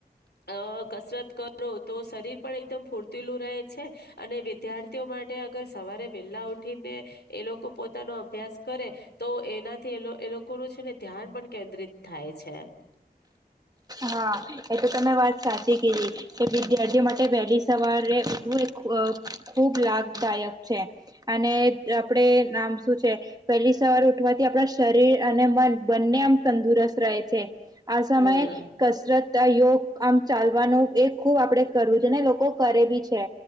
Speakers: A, on the left; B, on the right.
A: અ કસરત કરો તો શરીર પણ એકદમ ફૂર્તીલું રહે છે અને વિદ્યાર્થીઓ મા માટે અ સવારે વેલા ઉઠીને એ લોકો પોતાનો અભ્યાસ કરે, તો એનાથી એ લો એ લોકોનું છે ને ધ્યાન પણ કેન્દ્રિત થાય છે.
B: હા, એ તો તમેં વાત સાચી કીધી. કે વિદ્યાર્થી માટે વેહલી સવારે ઉઠવું એ ખુ અ ખૂબ લાભદાયક છે. અને આપણેે નામ શું છે પેહલી સવારે ઉઠવાથી આપણા શરીર અને મન બંને આમ તંદુરસ્ત રહે છે. આ સમયે
A: હા
B: કસરત, યોગ, આમ ચાલવાનું એ ખુબ આપડે કરવું છે ને લોકો કરે બી છે,